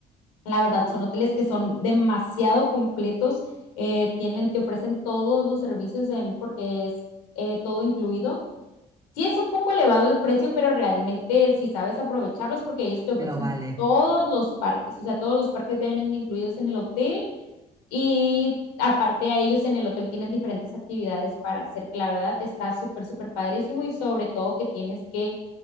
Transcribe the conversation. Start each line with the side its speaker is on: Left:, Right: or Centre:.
Left: La verdad
Right: Ah,
Left: son hoteles que son demasiado completos, eh, tienen, te ofrecen todos los servicios en, porque es eh, todo incluido. Sí es un poco elevado el precio, pero realmente si sabes aprovecharlos, porque ellos te ofrecen
Right: lo vale.
Left: todos los parques, o sea, todos los parques deben ir incluidos en el hotel y aparte a ellos en el hotel tienen diferentes actividades para hacer, que la verdad está súper, súper padrísimo y sobre todo que tienes que,